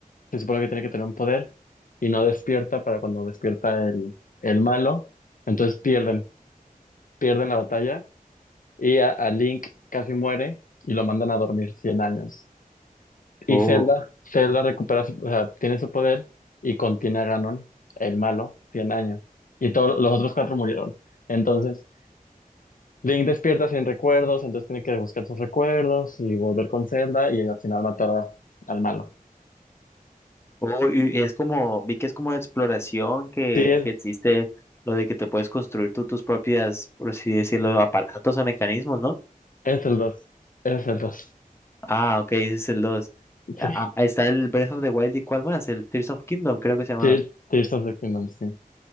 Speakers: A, on the left; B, on the left.
A: se supone que tiene que tener un poder y no despierta para cuando despierta el, el malo. Entonces pierden, pierden la batalla y a, a Link casi muere y lo mandan a dormir 100 años. Y
B: Oh.
A: Zelda, Zelda recupera, su- o sea, tiene su poder y contiene a Ganon, el malo, 100 años. Y todos los otros cuatro murieron. Entonces, Link despierta sin recuerdos, entonces tiene que buscar sus recuerdos y volver con Zelda y al final matar a- al malo.
B: Oh, y es como, vi que es como de exploración que,
A: Sí, es,
B: que existe lo de que te puedes construir tú tus propias, por así decirlo, aparatos o mecanismos, ¿no?
A: es el 2. Es el 2.
B: Ah, ok, ese es el dos Ah,
A: Sí.
B: ah, está el Breath of the Wild y cuál más, el Tears of Kingdom, creo que se llamaba.
A: Tear- Tears of the Kingdom, sí.